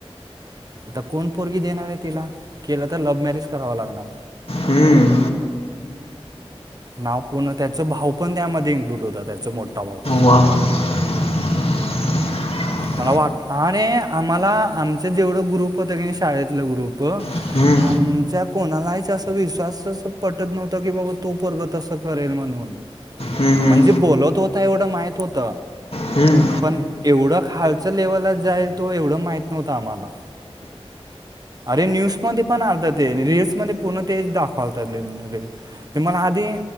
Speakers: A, on the right; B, on the left.
A: आता कोण पोरगी देणार आहे त्याला केला तर लव्ह मॅरेज करावा लागणार.
B: हम्म.
A: नाव पूर्ण त्याच, भाऊ पण त्यामध्ये इन्क्लूड होता त्याचा मोठा भाऊ.
B: वा <inaudible>
A: मला वाट अरे आम्हाला आमचं जेवढं ग्रुप होत की शाळेतलं ग्रुप आमच्या
B: हम्म,
A: कोणालाहीच अस विश्वासच पटत नव्हत की बाबा तो पोरग तसं करेल म्हणून,
B: हम्म, हम्म.
A: म्हणजे बोलत होता एवढं माहित होत.
B: हम्म,
A: पण एवढं खालचं लेवलला जाईल तो एवढं माहित नव्हतं आम्हाला. अरे न्यूज मध्ये पण आलत ते रिल्समध्ये पूर्ण तेच दाखवालतात रे. ते मला आधी